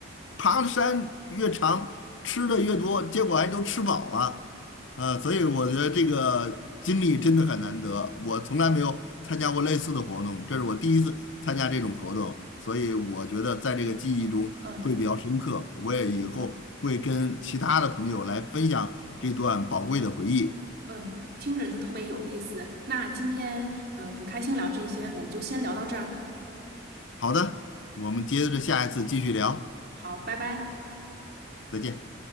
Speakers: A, on the left (about 65°); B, on the right (about 50°).
A: 爬的山越长，吃的越多，结果还都吃饱了。呃，所以我觉得这个经历真的很难得，我从来没有参加过类似的活动，这是我第一次参加这种活动，所以我觉得在这个记忆中会比较深刻，
B: 嗯，
A: 我也以后会跟其他的朋友来分享这段宝贵的回忆。
B: 行，嗯，听着就特别有意思。那今天呃很开心聊这些，我们就先聊到这儿。
A: 好的，我们接着下一次继续聊，
B: 好，拜拜。
A: 再见。